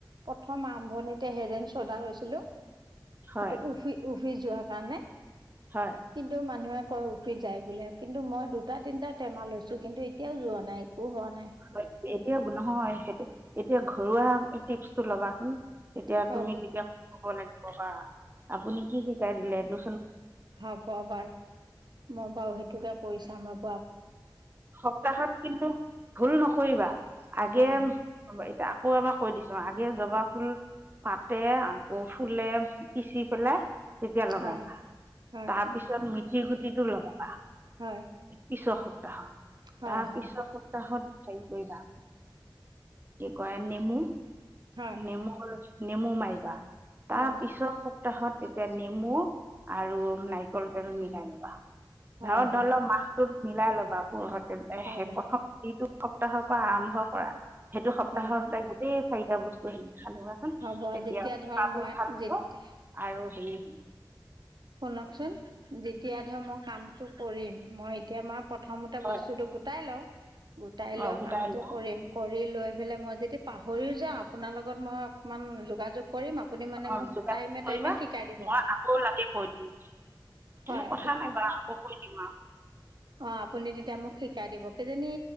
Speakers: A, on the right (about 65°); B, on the right (about 25°).
A: প্ৰথম আৰম্ভণিতে হেৰেন শ্ৰদা লৈছিলো। সেইটো
B: হয়
A: উফি-উফ ফৰি যোৱাৰ কাৰণে।
B: হয়
A: কিন্তু মানুহে কয় উফি যায় বোলে কিন্তু মই দুটা তিনিটা টেমা লৈছোঁ কিন্তু এতিয়াও যোৱা নাই। ও হোৱা নাই।
B: হয়, এতিয়া নহয়, সেইটো-সেইটো এতিয়া ঘৰুৱা টিপচটো ল'বাচোন। তেতিয়া,
A: হ'ব
B: তুমি তেতিয়া ক'ব লাগে। আপুনি কি শিকাই দিলে এইটো?
A: হব বাৰু। মই বাৰু সেইটোকে কৰিছো। <unintelligible>
B: সপ্তাহত কিন্তু ভুল নকৰিবা।
A: নহয়
B: আগে, এতিয়া আকৌ এবাৰ কৈ দিছো যিয়ে জবা ফুল পাতে, আকৌ ফুলে পিচি পেলাই তেতিয়া লগাবা,
A: হয় হয়
B: তাৰপিছত শিল গুটিটো ল'বা।
A: হয়।
B: <unintelligible>
A: হয়
B: তাৰ
A: হয়
B: পিছৰ সপ্তাহত হেৰি কৰিবা, কি কৰে নেমু
A: হয়
B: নেমু নেমু মাৰিবা। তাৰ
A: হয় হয়
B: পিছৰ সপ্তাহত এতিয়া নেমু আৰু নাৰিকল তেল মিলাই লবা।
A: হয়
B: ধৰ
A: হয়
B: ধল ম <unintelligible> <inaudible> প্ৰথম <unintelligible> সপ্তাহৰ
A: হ'ব
B: পৰা আৰম্ভ কৰা। সেইটো সপ্তাহৰ
A: হয়
B: ত গোটেই <unintelligible> চিটা বস্তু খেি <unintelligible> খানাচোন
A: হ'ব
B: তেতিয়া
A: যেতিয়া ধৰক
B: পাতো
A: মই
B: ভাল পাব
A: যেতিয়া
B: আৰু হেৰি হ <unintelligible>
A: শুনকচোন যেতিয়া মই কামটো কৰিম মই এতিয়া মই প্ৰথমতে
B: হয়
A: বস্তুটো গোটাই লওঁ গোটাই লৈ
B: অঁ গোটাই
A: কামটো
B: লোৱা
A: কৰিম কৰি লৈ পেলাই মই যদি প ভৰিও যাওঁ আপোনাৰ লগত মই অকণমান যোগাযোগ কৰিম আপুনি মানে
B: অঁ
A: মোক
B: যোগাযোগ
A: টাইমে
B: কৰিবা
A: টাইমে শিকাই দিব
B: মই আকৌ লাগে কৈ দিম
A: হয়
B: কোনো কথা নাই বাৰ আকৌ কৈ দিম আ
A: অ আপুনি তেতিয়া মোক শিকাই দিব কেইজনী